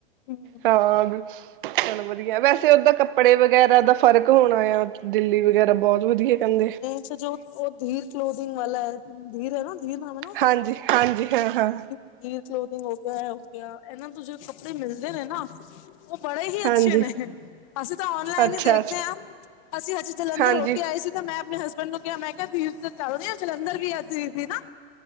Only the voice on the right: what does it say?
ਹਾਂ ਚਲੋ ਵਧੀਆ, ਵੈਸੇ ਉਦਾਂ ਕੱਪੜੇ ਵਗੈਰਾ ਦਾ ਫ਼ਰਕ ਹੋਣਾ ਆ ਦਿੱਲੀ ਵਗੈਰਾ ਬਹੁਤ ਵਧੀਆ ਕੈਂਦੇ
ਹਾਂਜੀ, ਹਾਂਜੀ ਹਾਂ- ਹਾਂ
ਹਾਂਜੀ
ਅੱਛਾ
ਅੱਛਾ
ਹਾਂਜੀ